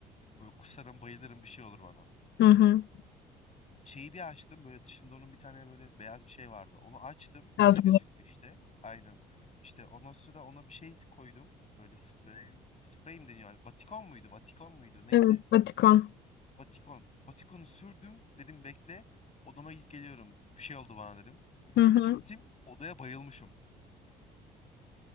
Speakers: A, on the left (about 35°); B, on the left (about 55°).
A: Böyle kusarım bayılırım bir şey olur bana.
B: Hı hı.
A: şeyi bir açtım böyle dışında onun bir tane böyle beyaz bir şey vardı. Onu açtım.
B: Biraz
A: Yara gözüktü işte. Aynen. İşte ondan sonra ona bir şey koydum. Böyle sprey. Sprey mi deniyor? artık? Batikon muydu? Batikon muydu? Neydi?
B: Evet, Vatikan.
A: Batikon. Batikonu sürdüm. Dedim bekle. Odama gidip geliyorum. Bir şey oldu bana dedim.
B: Hı hı.
A: Gittim. Odaya bayılmışım.